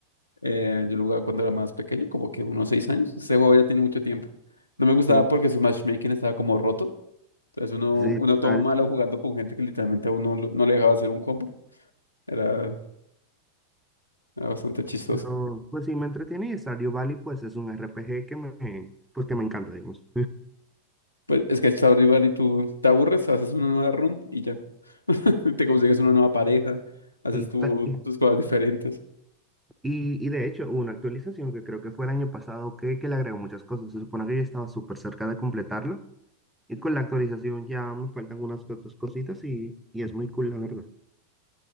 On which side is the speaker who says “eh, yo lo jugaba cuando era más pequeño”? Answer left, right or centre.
Left